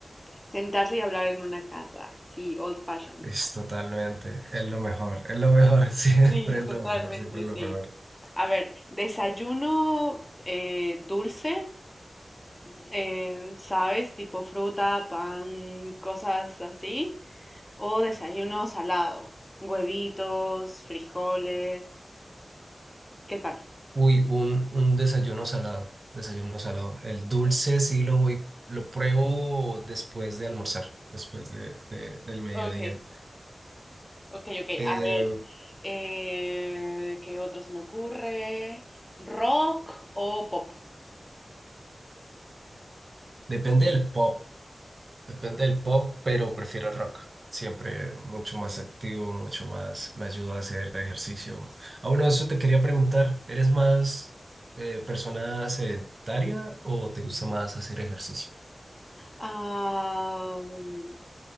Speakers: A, on the left (about 15°); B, on the right (about 50°).
A: Sentarse y hablar en una casa. Sí, old fashion.
B: Es totalmente, es lo mejor, es lo mejor, <laughs> siempre
A: Sí,
B: es lo
A: totalmente,
B: mejor, siempre es
A: sí.
B: lo mejor.
A: A ver, desayuno eh, dulce, eh, ¿sabes? Tipo fruta, pan, cosas así. O desayuno salado, huevitos, frijoles. ¿Qué tal?
B: Uy, un, un desayuno salado, desayuno salado. El dulce sí lo voy, lo pruebo después de almorzar, después de, de- del mediodía.
A: Ok, ok, ok.
B: Eh,
A: A ver, eh, ¿qué otro se me ocurre? ¿Rock o pop?
B: depende del pop, depende del pop, pero prefiero el rock. Siempre mucho más activo, mucho más, me ayuda a hacer ejercicio. Ah, bueno, eso te quería preguntar, ¿eres más eh, persona sedentaria o te gusta más hacer ejercicio?
A: Ah, mm,